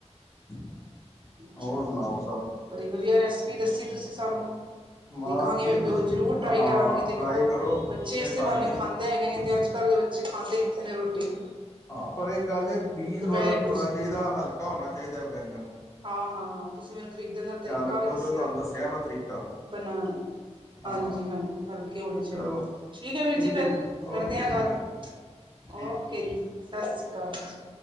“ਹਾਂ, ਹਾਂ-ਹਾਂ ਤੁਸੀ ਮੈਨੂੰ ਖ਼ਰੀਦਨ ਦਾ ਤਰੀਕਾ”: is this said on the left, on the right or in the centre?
Right